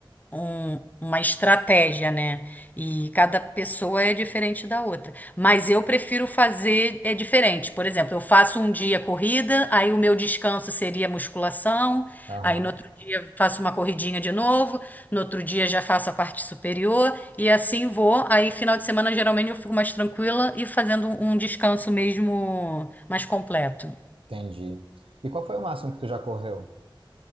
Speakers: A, on the left; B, on the right.
A: um- uma estratégia, né? E cada pessoa é diferente da outra. Mas eu prefiro fazer é diferente. Por exemplo, eu faço um dia corrida, aí o meu descanso seria musculação,
B: Aham,
A: aí no outro dia faço uma corridinha de novo, no outro dia já faço a parte superior e assim vou. Aí final de semana geralmente eu fico mais tranquila e fazendo um descanso mesmo mais completo.
B: entendi. E qual foi o máximo que tu já correu?